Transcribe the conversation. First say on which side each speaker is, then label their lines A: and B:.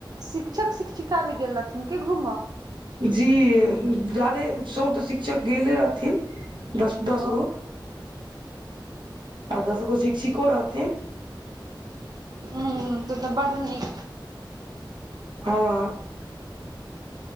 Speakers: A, on the right (about 50°); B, on the right (about 70°).
A: शिक्षक शिक्षिका भी गेल रहथिन क घूमऽ
B: जी जादे सब तऽ शिक्षक गेले रहथिन दस दस
A: ओ
B: गो <inaudible> आ दस गो शिक्षिको रहथिन
A: हूँ हूँ तब त बड निक
B: हँ <inaudible>